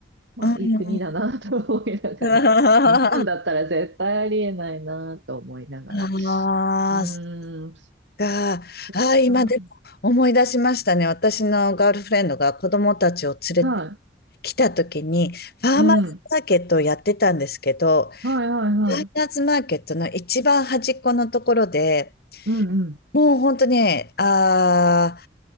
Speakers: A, on the right; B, on the left.
A: まあいい国だなと思いながら、
B: うん。あ
A: <laughs> 日本だったら絶対ありえないなと思いながら。
B: あ、
A: うーん、
B: そっ
A: そ
B: か。ああ、
A: れが、
B: 今でも思い出しましたね。私のガールフレンドが子供たちを連れて
A: は
B: きた時に、ファーマーズマーケットをやってたんですけど、
A: い。うん。はいはいはい。
B: ファーマーズマーケットの一番端っこのところで、
A: うん
B: もう本当にね、あ